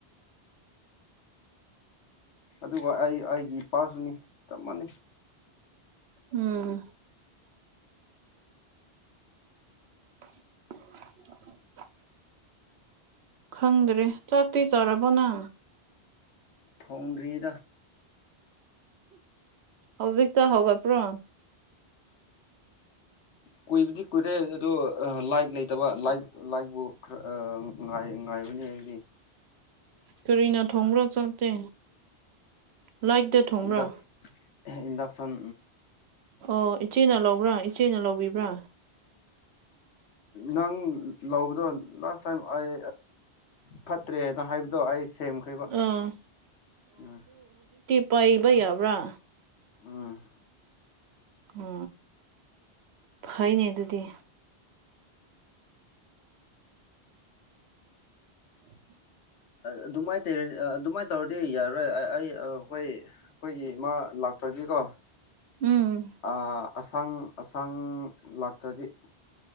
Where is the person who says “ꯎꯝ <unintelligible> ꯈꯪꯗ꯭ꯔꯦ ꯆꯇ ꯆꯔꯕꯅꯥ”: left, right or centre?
Right